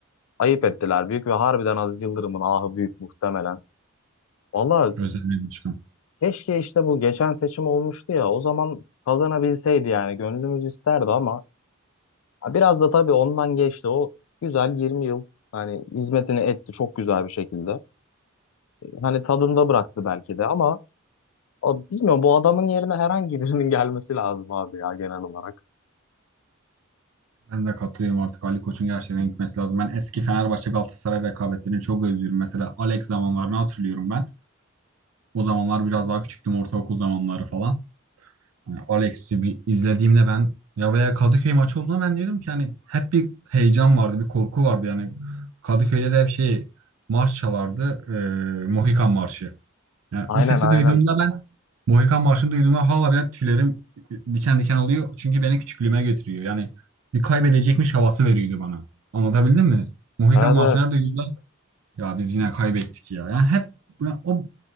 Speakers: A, on the left (about 75°); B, on the right (about 85°).
A: Ayıp ettiler büyük ve harbiden Aziz Yıldırım'ın ahı büyük muhtemelen. Valla
B: özel bir çıkım.
A: keşke işte bu geçen seçim olmuştu ya o zaman kazanabilseydi yani gönlümüz isterdi ama ha, biraz da tabii ondan geçti o güzel 20 yıl hani hizmetini etti çok güzel bir şekilde. Hani tadında bıraktı belki de ama o, bilmiyorum bu adamın yerine herhangi birinin <laughs> gelmesi lazım abi ya genel olarak.
B: Ben de katılıyorum artık Ali Koç'un gerçekten gitmesi lazım. Ben eski Fenerbahçe Galatasaray rekabetlerini çok özlüyorum. Mesela Alex zamanlarını hatırlıyorum ben. O zamanlar biraz daha küçüktüm ortaokul zamanları falan. Yani Alex'i bir izlediğimde ben ya veya Kadıköy maçı olduğunda ben diyordum ki hani hep bir heyecan vardı, bir korku vardı yani. Kadıköy'de de hep şey marş çalardı, eee Mohikan Marşı. Yani
A: Aynen
B: o sesi
A: aynen.
B: duyduğumda ben Mohikan Marşı'nı duyduğumda hala bile tüylerim diken diken oluyor. Çünkü beni küçüklüğüme götürüyor. Yani bir kaybedecekmiş havası veriyordu bana. Anlatabildim mi? Mohikan
A: Evet,
B: Marşı'nı
A: evet.
B: her duyduğumda ya biz yine kaybettik ya. Yani hep ya o,